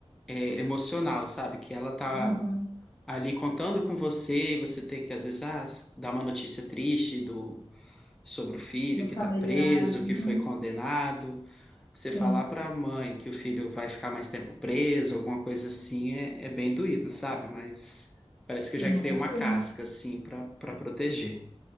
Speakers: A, in the centre; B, on the left.
A: é, emocional, sabe? Que ela tá
B: Uhum,
A: ali contando com você e você tem que, às vezes, ah, dar uma notícia triste do, sobre o filho
B: no
A: que
B: familiar,
A: tá preso,
B: uhum,
A: que foi condenado. Você falar
B: sim,
A: pra mãe que o filho vai ficar mais tempo preso, alguma coisa assim, é, é bem doído, sabe? Mas parece que eu já
B: imagino.
A: criei uma casca, assim, pra, pra proteger.